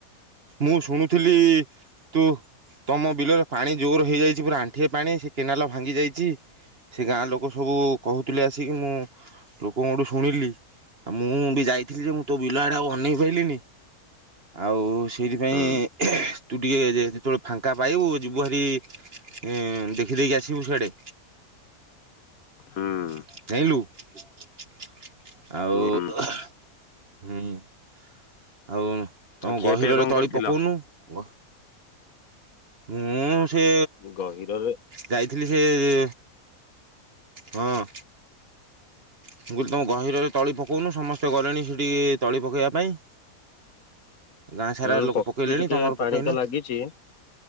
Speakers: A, on the right; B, on the left.
A: ମୁଁ ଶୁଣୁଥିଲି ତୁ। ତମ ବିଲରେ ପାଣି ଜୋର ହେଇଯାଇଛି ପୁରା ଆଣ୍ଠିଏ ପାଣି ସେ କେନାଲ ଭାଙ୍ଗି ଯାଇଚି। ସେ ଗାଁ ଲୋକ ସବୁ କହୁଥିଲେ ଆସିକି ମୁଁ। ଲୋକଙ୍କଠୁ ଶୁଣିଲି ଆଉ ମୁଁ ବି ଯାଇଥିଲି ଯେ ମୁଁ ତୋ ବିଲ ଆଡ଼େ ଆଉ ଅନେଇ ପାଇଲିିନି। ଆଉ ସେଇଥିପାଇଁ।
B: ହୁଁ
A: ତୁ ଟିକେ ଯେ-ଯେତେବେଳେ ଫାଙ୍କା ପାଇବୁ ଯିବୁ ହେରି। ଏଁ ଦେଖିଦେଇକି ଆସିବୁ ସିଆଡ଼େ।
B: ହୁଁ।
A: ଜାଇଁଲୁ ଆଉ
B: ହୁଁ
A: ହୁଁ। ଆଉ
B: ଆଉ
A: ତମ
B: ଖିଆ
A: ଗହୀରରେ
B: ପିଆ କଣ
A: ତଳି
B: କରିଥିଲ?
A: ପକଉନୁ ଗ ମୁଁ ସେ।
B: ଗହିରରେ
A: ଯାଇଥିଲି ସେ ରେ ହଁ। ମୁଁ କହିଲି ତମ ଗହୀରରେ ତଳି ପକଉନୁ ସମସ୍ତେ ଗଲେଣି ସେଠି ତଳି ପକେଇବା ପାଇଁ। ଗାଁ ସାରା
B: ହୁଁ
A: ଲୋକ
B: ପକେଇ
A: ପକେଇଲେଣି
B: ଟିକେ
A: ତମର ପକେଇନ
B: ପାଣି ତ ଲାଗିଛି।